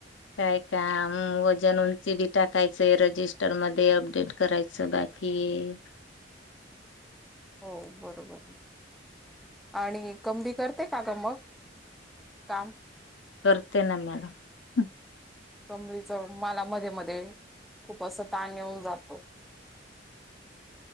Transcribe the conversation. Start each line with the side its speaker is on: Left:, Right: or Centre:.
Left: काय काम वजन उंची बी टाकायचंय रजिस्टर मध्ये अपडेट करायचं बाकी एक
Centre: हो बरोबर आणि <unintelligible> करते का ग मग काम
Left: करते ना मॅडम
Centre: कमळीच मला मध्ये मध्ये <inaudible> <inaudible> खूप असं ताण येऊन जातो